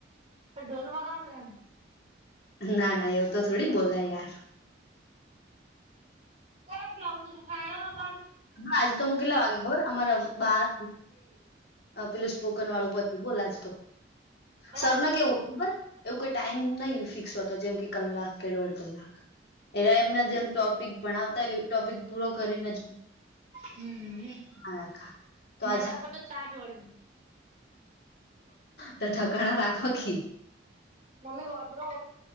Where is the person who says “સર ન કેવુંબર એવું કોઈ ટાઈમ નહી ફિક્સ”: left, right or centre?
Left